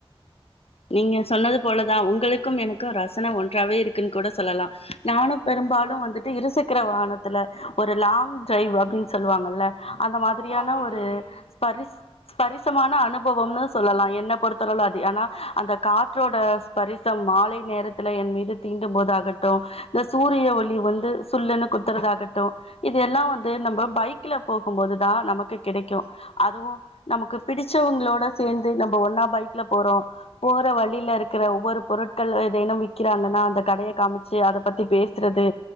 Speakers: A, on the left (about 80°); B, on the right (about 65°).
A: நீங்க சொன்னது போலதா உங்களுக்கு எனக்கு ரசன ஒன்றாவே இருக்குன்னு கூட சொல்லலா நானு பெரும்பாலு
B: ஆமா
A: வந்துட்டு இருசக் இருக்கிற வாகனத்துல ஒரு லாங் டிரைவ் அப்படின்னு சொல்லுவாங்கள்ல அந்த மாதிரியான
B: ஆமா
A: ஒரு
B: தோழி
A: ஸ்பரிஸ் ஸ்பரிசமான அனுபவம்னு சொல்லலா என்ன பொறுத்தளவுல அது ஆனா அந்த காற்றோட ஸ்பரிசம் மாலை நேரத்துல என் மீது தீண்டும் போதாகட்டும் இந்த சூரிய ஒளி வந்து சுல்லுன்னு குத்துறதாகட்டும் இத எல்லாம் வந்து
B: ஆமா
A: நம்ம
B: தோழி
A: பைக்ல போகும்போதுதான் நமக்கு கிடைக்கும் அதுவும் நமக்கு பிடிச்சவங்களோட சேர்ந்து நம்ம ஒன்னா பைக்ல போறோ போற வழியில இருக்கிற ஒவ்வொரு பொருட்கள் ஏதேனும் விக்கிறாங்கன்னா அந்த கடைய காமிச்சு அதை பத்தி பேசுறது